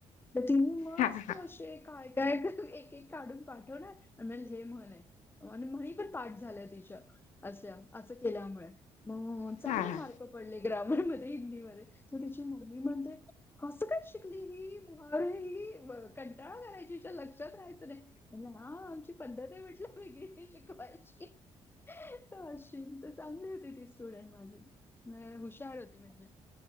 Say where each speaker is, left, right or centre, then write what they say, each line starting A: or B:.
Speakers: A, on the left (about 15°); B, on the left (about 75°).
A: तिनं. मस्त
B: हा हा
A: असे काय काय एक एक काढून पाठवणार आणि म हे म्हण आहे. आणि म्हणी पण पाठ झालं तिच्या अशा असं केल्यामुळे. मग चांगले
B: हा हा
A: मार्क पडले ग्रामर मध्ये हिंदीमध्ये तर तिची मम्मी म्हणते. कसं काय शिकली ही ही कंटाळा करायची हिच्या लक्षात राहायचं नाही. हा आमची पद्धत ते म्हटलं वेगळी शिकवायची. अशी तर चांगली होती ती स्टुडंट माझी. हुशार होती म्हणजे